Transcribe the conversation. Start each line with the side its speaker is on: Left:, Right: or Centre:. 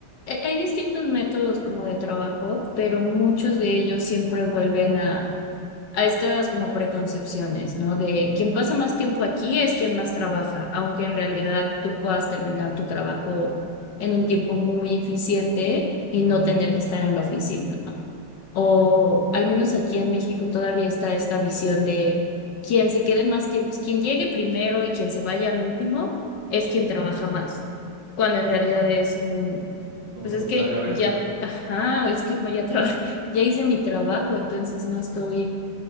Left: eh, hay distintos métodos como de trabajo, pero muchos de ellos siempre vuelven a, a estas como preconcepciones, ¿no? De quien pasa más tiempo aquí es quien más trabaja, aunque en realidad tú puedas terminar tu trabajo en un tiempo muy eficiente y no tener que estar en la oficina, ¿no? O al menos aquí en México todavía está esta visión de quien se quede más tiempo, quien llegue primero y quien se vaya al último es quien trabaja más, cuando en realidad es un,
Right: todo
Left: pues
Right: lo
Left: es
Right: contrario
Left: que
Right: a veces.
Left: ya, ajá, es que ya traba- <laughs> ya hice mi trabajo, entonces no estoy,